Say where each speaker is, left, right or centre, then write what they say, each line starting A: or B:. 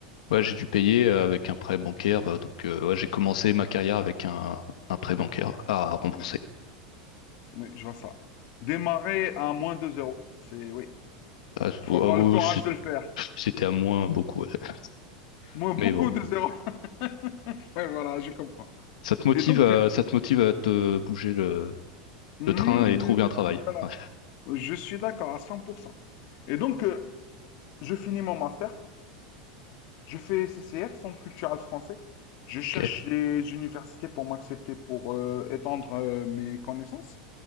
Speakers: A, on the left; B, on the left.
A: Ouais, j'ai dû payer euh, avec un prêt
B: Ok.
A: bancaire. euh, donc, euh, ouais, j'ai commencé ma carrière avec un, un prêt bancaire à rembourser.
B: Ouais. Oui, je vois ça. Démarrer à moins 2 zéro, C'est, oui.
A: Ah, c-
B: Faut
A: oh,
B: avoir
A: ah oui,
B: le courage
A: c'est-
B: de le faire.
A: c'était à moins beaucoup. ouais. <laughs>
B: Moins beaucoup
A: Mais bon,
B: de zéro. <laughs> Ouais, voilà, je comprends.
A: ça te motive
B: Et donc,
A: à,
B: euh,
A: ça te motive à te bouger le,
B: hmm,
A: le train et trouver un travail.
B: voilà.
A: Ouais.
B: Je suis d'accord à 100%. Et donc, euh, je finis mon master. Je fais CCF, Centre culturel français. Je cherche
A: Ok,
B: les universités pour m'accepter, pour euh, étendre euh, mes connaissances.